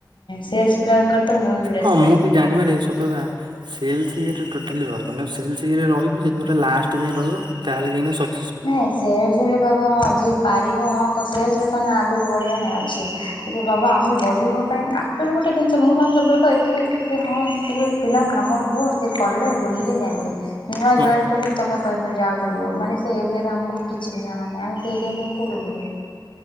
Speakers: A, on the left; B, on the right.
A: ସେଲ୍ସ ପିଲାଙ୍କର ତ ମୂଳରୁ ରେସପେକ୍ଟ
B: ହଁ ମୁଁ
A: ନାହିଁ।
B: ବି ଜାଣିବାରେ ସତକଥା। ସେଲ୍ସ ଇଏରେ ଟୋଟାଲି ରହିବନି ଆଉ ସେଲ୍ସ ଇଏରେ ରହିବ ଯଦି ପୁରା ଲାଷ୍ଟ ଯାଏ ରହିବ ତାହେଲେ ଯାଇ
A: ନାଇଁ ସେଲ୍ସରେ ବାବା ହଁ ଯିଏ ପାରିବ ହଁ ସେଲ୍ସ ରେ ମାନେ ଆଗକୁ ବଢଆ ନାଇଁ ଅଛି। ଇରେ ବାବା ଆମେ ବଢ଼ିବା ପାଇଁ ଆକ୍ଚୁଆଲି ଗୋଟେ ଜିନିଷ ମୁଁ ଭାବେ ସବୁବେଳେ କହେ କି ହଁ ଟିକେ ପିଲାଙ୍କୁ କାମ କୁହ ସେ କଲେ ବୁଲିଲେ ଜାଣିବେ ନୂଆ
B: ହୁଁ
A: ଜଏନ କରୁଚି ତମେ କହିବ ଯା ବୁଲିବ ମାନେ ସେ ଏରିଆରେ ଆମକୁ କିଛି ବି ଜଣାନାହିଁ ଆମେ ସେ ଏରିଆ ରେ ଯାଇଁ କୋଉଠି ବୁଲିବୁ।